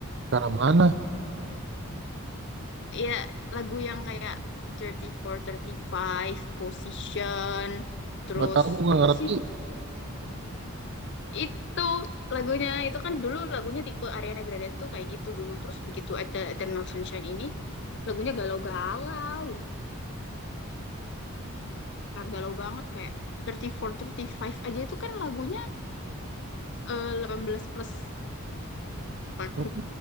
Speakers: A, on the right; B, on the left.
A: Karena mana?
B: ya lagu yang kayak 34, 35, Position, terus
A: Nggak tahu, aku nggak
B: apa
A: ngerti.
B: sih? Itu lagunya itu kan dulu lagunya tipe Ariana Grande itu kayak gitu dulu terus begitu ada Eternal Sunshine ini lagunya galau-galau. Nah, galau banget kayak 34, 35 aja itu kan lagunya eh, 18 plus aku.
A: Aku,